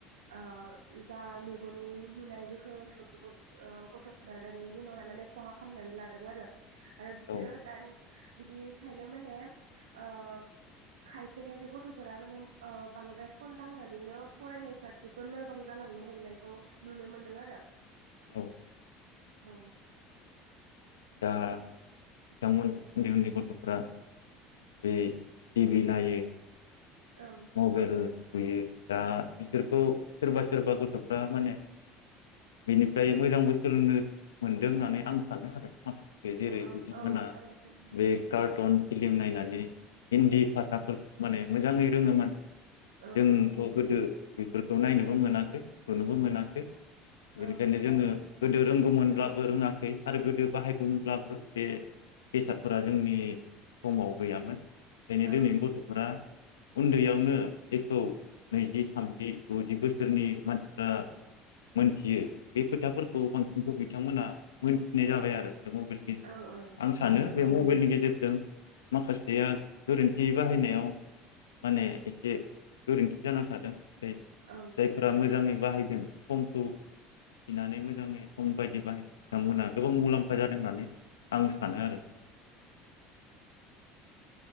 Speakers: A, on the right; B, on the left.
A: आ जा मेगननि नुनाय गोहोफोरखोबो ओ गथ'फोरा दानि दिनावहाय माने खहा खामनानै लादों आरो। आरो बिसोरो
B: औ
A: दानि बिदिखायनो माने ओ खायसे खायसे गथ'फोरा माने ओ बांद्राय फन दांनानैनो फरायनाय फारसेबो लोरबां जालांनो हमनायखौ नुनो मोनदों आरो।
B: औ।
A: औ।
B: दा बिथांमोन उन्दै उन्दै गथ'फ्रा बे टिभि नायो
A: ओं
B: मबाइल थुयो, दा बिसोरखौ सोरबा सोरबा गथ'फ्रा माने बिनिफ्राय मोजांबो सोलोंनो मोनदों होननानै आं सानो आरो। बे जेरै
A: ओं
B: बिथांमोना
A: औ मोजां बोसोन
B: बे कार्टुन
A: उम
B: फिल्म नायनानै हिन्दी भाषाफोरखौ माने मोजाङै रोङो माने।
A: ओं
B: जोंथ'
A: ओं
B: गोदो बेफोरखौ नायनोबो मोनाखै थुनोबो मोनाखै बेनिखायनो
A: ओं
B: जोङो गोदो रोंगौमोनब्लाबो रोङाखै आरो गोदो बाहायगौमोनब्लाबो बे बेसादफोरा जोंनि समाव गैयामोन। ओंखायनो
A: उम
B: दिनैनि गथ'फोरा उन्दैयावनो जेखौ नैजि, थामजि, द'जि बोसोरनि मानसिफ्रा मोनथियो बे खोथाफोरखौ बांसिनखौ बिथांमोना मोनथिनाय जाबाय आरो बे मबाइलनि गेजेरजों।
A: औ
B: आं सानो
A: औ
B: बे मबाइलनि गेजेरजों माखासेया गोरोन्थि बाहायनायाव माने एसे गोरोन्थि जाना थादों‌ जायफोरा
A: औ
B: मोजाङै बाहायदों समखौ थिनानै मोजाङै सम बायदि बाहायदों बिथांमोना गोबां मुलाम्फा
A: औ
B: जादों होननानै आं सानो आरो।